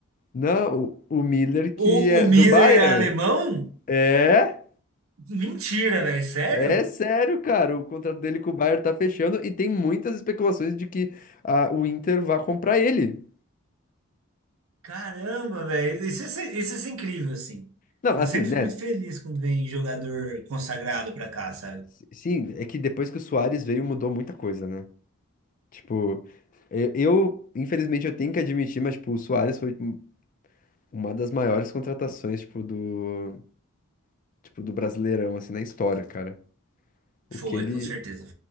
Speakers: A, on the left; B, on the right.
A: Não, o, o Miller que
B: O,
A: é
B: o Miller
A: do Bayern.
B: é alemão?
A: É?
B: Mentira, velho. Sério?
A: É sério, cara. O contrato dele com o Bayern tá fechando e tem muitas especulações de que ah, o Inter vá comprar ele.
B: Caramba, velho. Isso, é se- isso é incrível, assim.
A: Não,
B: Eu
A: assim,
B: sempre
A: né?
B: fico muito feliz quando vem jogador consagrado pra cá, sabe?
A: s- Sim, é que depois que o Suárez veio mudou muita coisa, né? Tipo, eu, eu, infelizmente eu tenho que admitir, mas tipo, o Suárez foi um- uma das maiores contratações, tipo, do, tipo, do Brasileirão assim na história, cara. O
B: Foi,
A: que ele,
B: com certeza.